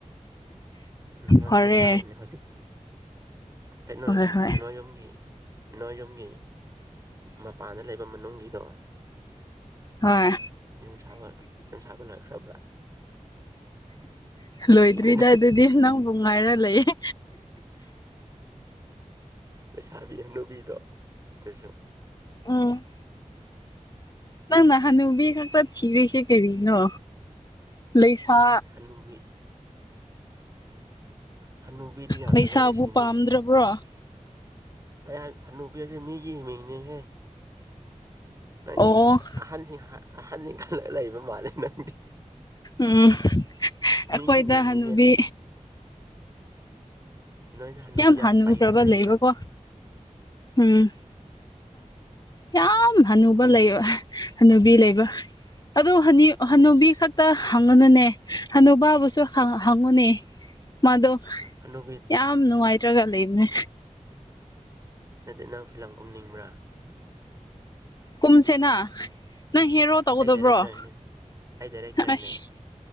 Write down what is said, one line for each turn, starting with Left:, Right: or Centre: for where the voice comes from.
Right: ꯅꯪꯉꯣꯟꯗ
Left: ꯐꯔꯦ
Right: ꯑꯃꯨꯛ ꯊꯥꯔꯤꯅꯦ ꯍꯧꯖꯤꯛꯇꯤ ꯀꯩꯅꯣ
Left: ꯍꯣꯏ ꯍꯣꯏ
Right: ꯅꯣꯏ ꯌꯨꯝꯒꯤ ꯅꯣꯏ ꯌꯨꯝꯒꯤ ꯃꯄꯥꯟꯗ ꯂꯩꯕ ꯃꯅꯨꯡꯒꯤꯗꯣ
Left: ꯍꯣꯏ
Right: ꯌꯨꯝ ꯌꯨꯝ ꯁꯥꯕ ꯂꯣꯏꯈ꯭ꯔꯥꯕ꯭ꯔꯥ
Left: ꯂꯣꯏꯗ꯭ꯔꯤꯗ
Right: ꯀꯔꯤꯅꯣ
Left: ꯑꯗꯨꯗꯤ ꯅꯪꯕꯨ ꯉꯥꯏꯔ ꯂꯩꯌꯦ
Right: ꯂꯩꯩꯁꯥꯕꯤ ꯍꯅꯨꯕꯤꯗꯣ ꯇꯩꯁꯨ
Left: ꯑꯝ
Right: ꯎꯝ
Left: ꯅꯪ ꯅ ꯍꯅꯨꯕꯤ ꯈꯛꯇ ꯊꯤꯔꯤꯁꯦ ꯀꯔꯤꯅꯣ ꯂꯩꯁꯥ
Right: ꯑꯁ ꯍꯅꯨꯕꯤ ꯍꯅꯨꯕꯤꯗꯤ ꯌꯥꯝꯐꯖꯔꯤ
Left: ꯂꯩꯁꯥꯕꯨ
Right: ꯁꯤꯗꯤ
Left: ꯄꯥꯝꯗ꯭ꯔꯕ꯭ꯔꯣ
Right: ꯑꯩꯍꯥꯏ ꯍꯅꯨꯕꯤ ꯍꯥꯏꯖꯦ ꯃꯤꯒꯤ ꯃꯤꯡꯅꯤꯍꯦ ꯅꯪꯗꯤ
Left: ꯑꯣ
Right: ꯑꯍꯟ ꯑꯍꯟꯁꯤꯡ ꯈꯜꯂ ꯂꯩꯕ ꯃꯥꯜꯂꯤ ꯅꯪ
Left: ꯎꯝ
Right: ꯃꯤꯒꯤ
Left: ꯑꯈꯣꯏꯗ
Right: ꯃꯤꯡꯅꯤꯍꯦ
Left: ꯍꯅꯨꯕꯤ
Right: ꯅꯣꯏꯗ ꯍꯅꯨꯕꯤ
Left: ꯌꯥꯝ ꯍꯥꯟꯅꯨꯗꯕ
Right: ꯄꯩꯔꯒ ꯂꯩꯕ꯭ꯔꯥ
Left: ꯂꯩꯕꯀꯣ ꯎꯝ ꯌꯥꯝ
Right: ꯏꯁ
Left: ꯍꯅꯨꯕ
Right: ꯑꯩꯗꯤ
Left: ꯂꯩꯕ
Right: ꯍꯅꯨ
Left: ꯍꯅꯨꯕꯤ ꯂꯩꯕ ꯑꯗꯨ ꯍꯅꯨꯕꯤ
Right: ꯏꯁ
Left: ꯈꯛ ꯇ ꯍꯪꯉꯨꯅꯨꯅꯦ ꯍꯅꯨꯕꯥꯕꯨꯁꯨ ꯍꯪꯉꯨꯅꯦ ꯃꯥꯗꯣ
Right: ꯍꯅꯨꯕꯤ
Left: ꯌꯥꯝ ꯅꯨꯡꯉꯥꯏꯇ꯭ꯔꯒ ꯂꯩꯕꯅꯦ
Right: ꯅꯠꯇꯦ ꯅꯪ ꯐꯤꯂꯝ ꯀꯨꯝꯅꯤꯡꯕ꯭ꯔꯥ
Left: ꯀꯨꯝꯁꯦꯅ ꯅꯪ ꯍꯦꯔꯣ ꯇꯧꯒꯗꯕ꯭ꯔꯣ
Right: ꯑꯩ ꯗꯥꯏꯔꯦꯛꯇꯔꯅꯦ ꯑꯩ ꯗꯥꯏꯔꯦꯛꯇꯔꯅꯦ
Left: ꯑꯁ